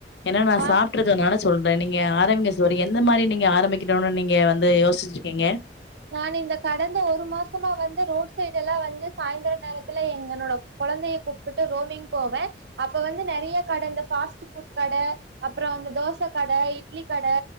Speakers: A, on the left; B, on the right.
A: ஏன்னா நான்
B: ஆம்
A: சாப்ட்ருக்கறதுனால சொல்றேன் நீங்க ஆரம்பிங்க தோழி எந்த மாதிரி நீங்க ஆரம்பிக்கணும்னு நீங்க வந்து யோசிச்சிருக்கீங்க
B: நான் இந்த கடந்த ஒரு மாசமா வந்து ரோட் சைடு எல்லாம் வந்து சாயந்திரம் நேரத்துல எங்கோட குழந்தைய கூப்பிட்டுட்டு ரோமிங் போவேன் அப்ப வந்து நிறைய கடை இந்த பாஸ்ட்புட் கடை அப்புறம் அந்த தோசை கடை இட்லி கடை